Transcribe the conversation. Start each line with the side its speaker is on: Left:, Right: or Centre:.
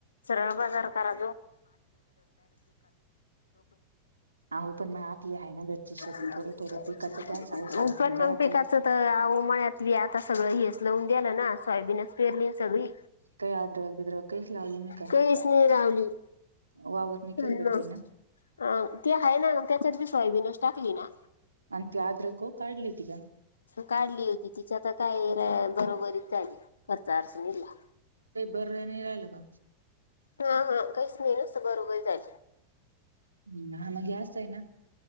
Left: सरळ बाजार करा
Right: अहो पण मग आपली आहे ना घरची शेती
Left: <unintelligible>
Right: थोडं थोडं पिकाचं त्या साल सालकण
Left: पण मग
Right: करायचं
Left: पिकाचं तर? उमळ्यातली आता सगळं हेच लावून दिलं ना. फायबिनस पेरली ना सगळी
Right: काही अद्रक बिद्रक काहीच लावली नाही का
Left: कानिस नाही लावली.
Right: वावर नाही
Left: ना
Right: केलं बेटा हिनं
Left: अ ते आहे ना मग त्याच्याी सोयाबीनच टाकली ना
Right: अंत या्रको काढलीितीघ
Left: काढली होती तिच्या तर काय बरोबरीच झाली खर्च अडचणीला
Right: ते बर नाही राहिलं का
Left: हा हा काहीच नाही नत बरोघरी झाल
Right: हम्म हा मग असस्त आहे ना